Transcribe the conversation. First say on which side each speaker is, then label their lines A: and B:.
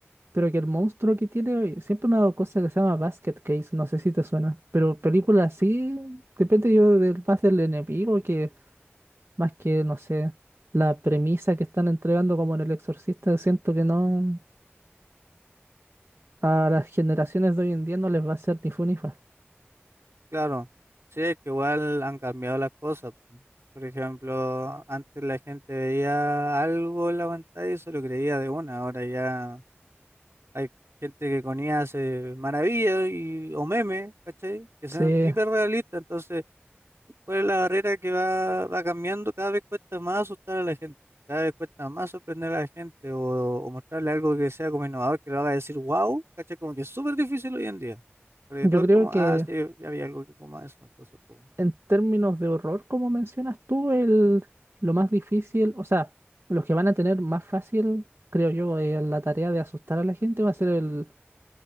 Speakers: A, on the right (about 65°); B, on the right (about 90°).
A: Pero que el monstruo que tiene siempre me ha dado cosas que se llama Basket Case, no sé si te suena. Pero películas así, depende yo del, más del enemigo que más que, no sé, la premisa que están entregando como en El Exorcista, siento que no, a las generaciones de hoy en día no les va a ser ni fu ni fa.
B: Claro, sí, es que igual han cambiado las cosas. po. Por ejemplo, antes la gente veía algo en la pantalla y se lo creía de una, ahora ya hay gente que con IA hace maravillas y, o memes, ¿cachai? Que son
A: Sí,
B: hiperrealistas, entonces ¿Cuál es la barrera que va, va cambiando? Cada vez cuesta más asustar a la gente, cada vez cuesta más sorprender a la gente o, o mostrarle algo que sea como innovador, que lo haga decir wow, ¿cachai? Como que es súper difícil hoy en día. Porque
A: yo
B: todo
A: creo
B: es como,
A: que
B: ah, sí, ya había algo que como eso, entonces como,
A: en términos de horror, como mencionas tú, el, lo más difícil, o sea, los que van a tener más fácil, creo yo, eh, la tarea de asustar a la gente va a ser el